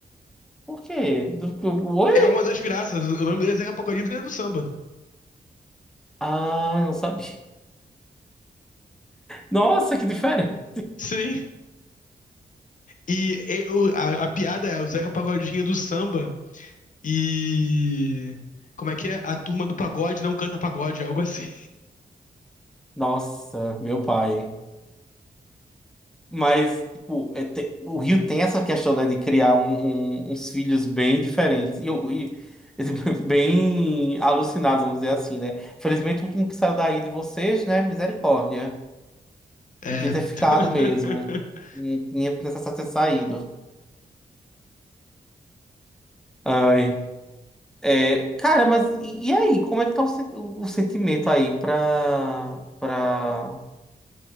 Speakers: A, in the centre; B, on the left (about 55°).
A: Por quê? Do- do- Oi?
B: É uma das graças. Eu lembro dele é Zeca Pagodinho é do samba.
A: Ah, não sabia. Nossa, que diferente.
B: Sim. E, eh, o- a, a piada é o Zeca Pagodinho é do samba e. Como é que é? A turma do pagode não canta pagode, algo assim.
A: Nossa, meu pai. Mas, tipo, é te- o Rio tem essa questão, né, de criar um- um- uns filhos bem diferentes. E, eu- e- <laughs> bem alucinados, vamos dizer assim, né? Felizmente, o último que saiu daí de vocês, né? Misericórdia.
B: É.
A: Podia ter ficado
B: <laughs>
A: mesmo. Não tinha necessidade ter saído. Ai. É, cara, mas e, e aí? Como é que tá o, sen- o sentimento aí pra, pra